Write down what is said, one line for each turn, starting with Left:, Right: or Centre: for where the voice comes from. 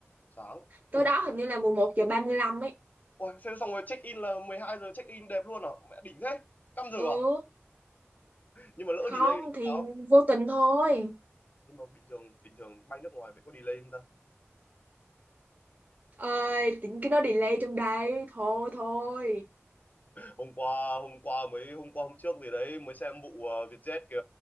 Left: Sáng.
Right: Tới
Left: Ui,
Right: đó hình như là 11 giờ 35 ấy.
Left: ôi, xem xong rồi check in là 12 giờ check in đẹp luôn à? Mẹ đỉnh thế. Căm giờ
Right: Ừ,
Left: à? Nhưng mà lỡ
Right: không
Left: delay thì
Right: thì
Left: sao?
Right: vô tình thôi.
Left: Nhưng mà bình thường bình thường bay nước ngoài vậy có delay không ta?
Right: Ơi, tính cái nó delay trong đây. Thôi thôi.
Left: Hôm qua hôm qua mới hôm qua hôm trước gì đấy mới xem vụ ờ, Vietjet kìa